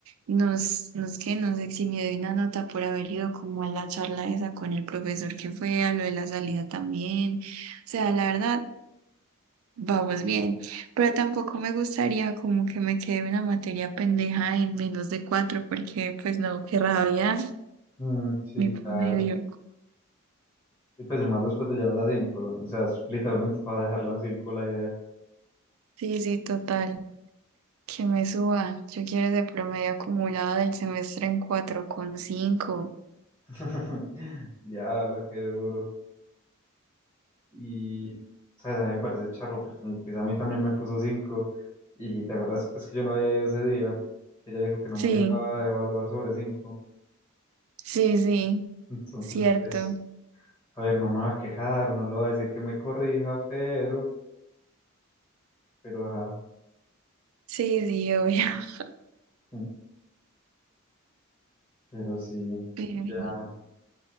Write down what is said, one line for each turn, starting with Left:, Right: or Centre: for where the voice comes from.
Right: Nos, nos que nos eximió de una nota por haber ido como a la charla esa con el profesor que fue, a lo de la salida también. O sea, la verdad, vamos bien. Pero tampoco me gustaría como que me quede una materia pendeja en menos de cuatro, porque pues no, qué rabia,
Left: mm, sí,
Right: mi
Left: claro.
Right: promedio.
Left: Y pues y más después de llevar la cinco o sea, es literalmente para dejarla en 5 la idea.
Right: Sí, sí, total. Que me suba. Yo quiero ese promedio acumulado del semestre en cuatro coma cinco
Left: <laughs> Diablo, qué duro. Y, ¿sabes? A mí me parece charro porque en el quiz a mí también me puso cinco Y te acuerdas pues que yo no había ido ese día. Ella dijo que no
Right: Sí,
Left: me lo iba a evaluar sobre cinco
Right: sí, sí,
Left: Entonces,
Right: cierto.
Left: pues, a ver, no me va a quejar, no le va a decir que me corrija, pero, pero ajá.
Right: Sí, sí, obvio. <laughs>
Left: mm, Pero sí,
Right: Pero
Left: y
Right: vení,
Left: ya,